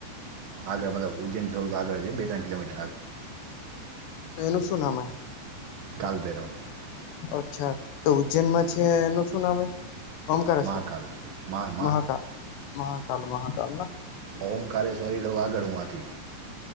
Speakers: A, on the right; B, on the left.
A: આગળ મતલબ ઉજ્જૈન જોવ તો આગળ બે ત્રણ કિલોમી
B: તો એનું શું નામ હે.
A: કાળભૈરવ.
B: અચ્છા તો ઉજ્જૈનમાં છે એનું શું નામ હે ઓમકારેશ્વર.
A: મહાકાલ મહા
B: મહાકાલ, મહાકાલ, મહાકાલના
A: ઓમકારે સરી <unintelligible> હવાથી